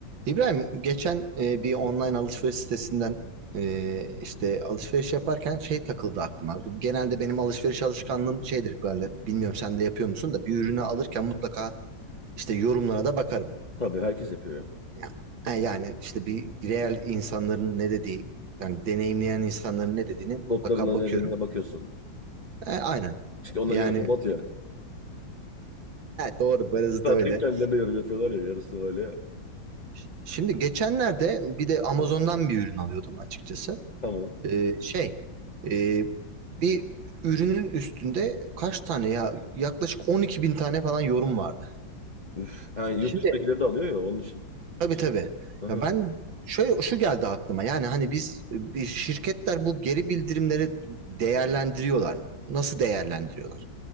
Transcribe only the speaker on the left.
Tabii herkes yapıyor ya.
Botların da
nedenine bakıyorsun.
Çünkü onların
yarısı bot
ya.
<laughs> Zaten
kendilerine yorum yapıyorlar ya. Yarısı öyle ya.
Evet.
Tamam.
Üf. Ha, yurt
dışındakileri de alıyor ya onun için.
Aha.